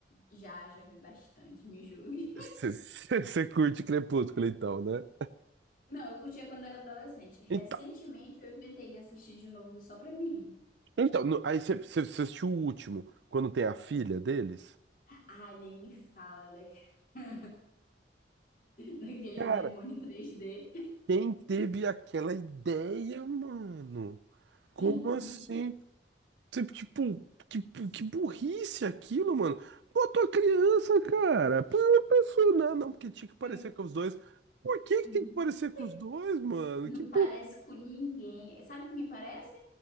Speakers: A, on the left; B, on the right.
A: Já, já vi bastante, me julgue.
B: Você você- você curte Crepúsculo, então, né?
A: <laughs> Não, eu curtia quando era adolescente. Recentemente
B: Então,
A: eu inventei de assistir de novo só pra me rir.
B: então no- aí você você- você assistiu o último, quando tem a filha deles?
A: Ai, nem me fala, né? <laughs> Daquele
B: Cara,
A: demônio três d
B: quem teve aquela ideia, mano? Como
A: E,
B: assim?
A: diz que
B: Você, Tipo, que, que burrice aquilo, mano. Botou a criança, cara. Põe uma pessoa. Não, não, porque tinha que parecer
A: que eu
B: com os dois. Por que que
A: uhum,
B: tem que parecer com os dois, mano?
A: não
B: Que pô,
A: parece com ninguém. Sabe com quem parece?